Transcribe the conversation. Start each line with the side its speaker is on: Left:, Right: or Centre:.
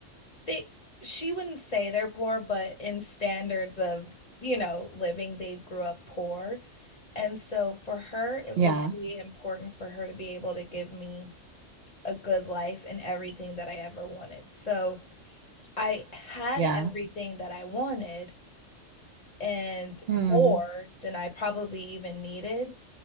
Left: they she wouldn't say they're poor, but in standards of, you know, living, they grew up poor. And so for her, it
Right: Yeah,
Left: was Mhm. really important for her to be able to give me a good life and everything that I ever wanted. So I had
Right: yeah.
Left: everything that I wanted and
Right: Mm,
Left: more than I probably even needed,